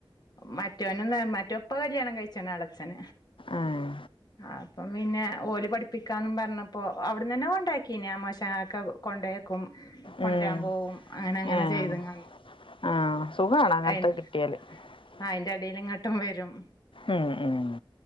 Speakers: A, on the left (about 50°); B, on the left (about 70°).
A: മറ്റോനും ഇന്ന മറ്റോ ഇപ്പം കല്യാണം കയിച്ചിണ് എളെച്ചൻ
B: ആഹ്
A: അപ്പം പിന്നെ ഓല് പഠിപ്പിക്കാന്നും പറ്ഞ്ഞപ്പൊ അവിട്ന്നന്നെ കൊണ്ടാക്കീനെ അമോശാൻക്ക കൊണ്ടേക്കും- കൊണ്ട്രാൻ
B: ഉം
A: പോവും. അങ്ങനെ അങ്ങനെ
B: ആഹ്
A: ചെയ്ത്ങ്ങാ,
B: ആഹ് സുഖാണ്
A: ണ്ട്
B: <unintelligible>
A: ആ അയിന്റെഎടേല് ഇങ്ങോട്ടും വരും
B: ഉം. ഉം.